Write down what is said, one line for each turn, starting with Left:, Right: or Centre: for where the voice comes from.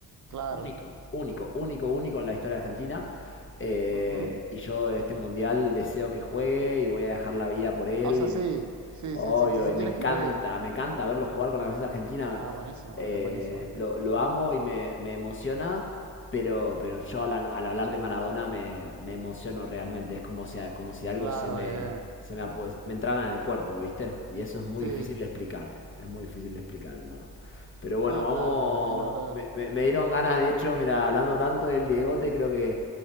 Right: Claro.
Left: Único. único, único, único en la historia argentina. Eh,
Right: Ajá.
Left: y yo de este mundial deseo que juegue y voy a dejar la vida por él.
Right: O sea,
Left: Y
Right: sí,
Left: me-
Right: sí,
Left: Hoy,
Right: sí, sí, sí,
Left: hoy,
Right: sí
Left: me
Right: quieres
Left: encanta,
Right: que juegue.
Left: me encanta verlo jugar con la camiseta argentina.
Right: Ah, buenísimo,
Left: Eh,
Right: es buenísimo el
Left: lo,
Right: fútbol.
Left: lo amo y me, me emociona, pero, pero yo al, al hablar de Maradona me, me emociono realmente. Es como si, como si algo
Right: Claro,
Left: se me,
Right: eh.
Left: se me, apo- me entrara en el cuerpo, ¿viste? Y eso es muy
Right: Sí.
Left: difícil de explicar. Es muy difícil de explicar, hermano. Pero
Right: No,
Left: bueno, vamos.
Right: claro, me imagino, brother.
Left: Me, me- me dieron ganas, de hecho, mira, hablando tanto del Diegote, creo que